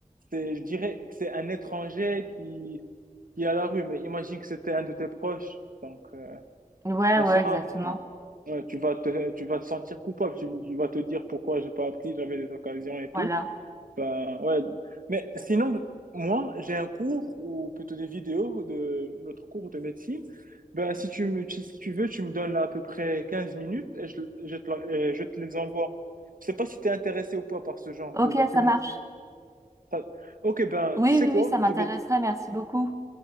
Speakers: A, on the right (about 70°); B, on the right (about 20°).
A: C'est, je dirais que c'est un étranger qui, qui est à la rue, mais imagine que c'était un de tes proches. Donc, euh,
B: Ouais,
A: en
B: ouais,
A: soi,
B: exactement.
A: euh, ouais, tu vas te, tu vas te sentir coupable. Tu, tu vas te dire pourquoi j'ai pas appris, j'avais des occasions et tout.
B: Voilà.
A: Ben, ouais. Mais sinon, moi, j'ai un cours ou plutôt des vidéos de notre cours de médecine. Ben, si tu me, si si tu veux, tu me donnes là à peu près 15 minutes et je, je te, la- euh, je te les envoie. Je sais pas si tu es intéressé ou pas par ce genre
B: Ok,
A: de documents.
B: ça marche.
A: Ça- Ok, ben,
B: Oui,
A: tu sais
B: oui,
A: quoi?
B: oui, ça m'intéresserait.
A: Je vais te
B: Merci beaucoup.